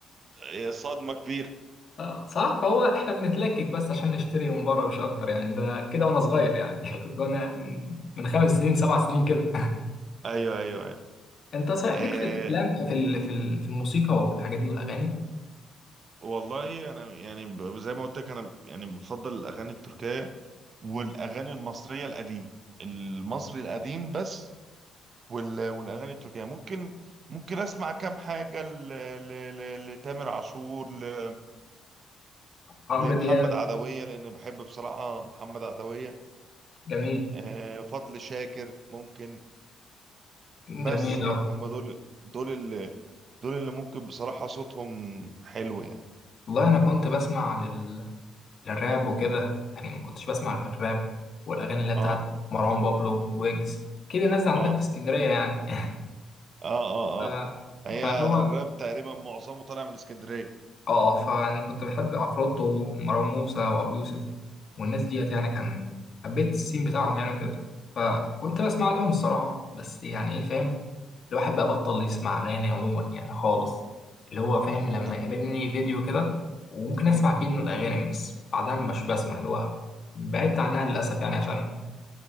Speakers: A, on the right; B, on the left.
A: آه، صدمه كبيره
B: آه، صح فهو احنا بنتلكك بس عشان نشتري من بره مش اكتر يعني ده كده وانا صغير يعني <laughs> كنت وانا من من خمس سنين سبع سنين كده
A: ايوه ايوه ايوه
B: انت صحيح
A: آه،
B: ليك في الافلام في ال- في ال- في الموسيقى والحاجات دي والاغاني
A: والله انا يعني ب- زي ما قلت لك انا يعني بفضل الاغاني التركيه والاغاني المصريه القديمه المصري القديم بس وال- والاغاني التركيه ممكن ممكن اسمع كام حاجه ل- ل- ل- لتامر عاشور ل-
B: عمرو
A: لمحمد
B: دياب
A: عدويه لان بحب بصراحه محمد عدويه
B: جميل
A: آه، فضل شاكر ممكن بس
B: جميل
A: يعني
B: قوي
A: هم دول دول اللي دول اللي ممكن بصراحه صوتهم حلو يعني
B: والله انا كنت بسمع لل... للراب وكده يعني ما كنتش بسمع غير الراب والاغاني اللي هي
A: اه
B: بتاعت مروان بابلو ويجز كده نازل عندك
A: اه
B: في اسكندريه يعني
A: اه اه
B: <laughs>
A: اه هي
B: ف... فهو
A: الراب تقريبا معظمه طالع من اسكندريه
B: اه فيعني كنت بحب عفروتو ومروان موسى وابي يوسف والناس ديت يعني كان
A: مم.
B: حبيت السين بتاعهم يعني وكده فكنت بسمع لهم الصراحة بس يعني ايه فاهم الواحد بقى بطل يسمع أغاني عموما يعني خالص اللي هو فاهم
A: بط...
B: لما يقابلني فيديو كده وممكن
A: مم.
B: أسمع فيه إنه الأغاني بس بعدها مش بسمع اللي هو بعدت عنها للأسف يعني عشان